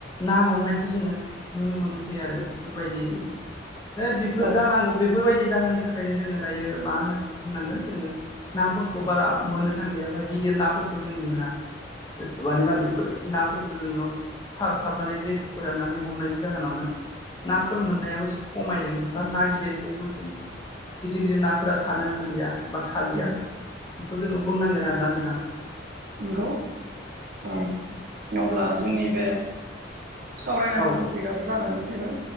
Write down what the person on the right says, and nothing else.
औ
औ
नंगौ औ अब्ला जोंनि बे सावरायनांगौ
टपिकआबो जानानै फैबाय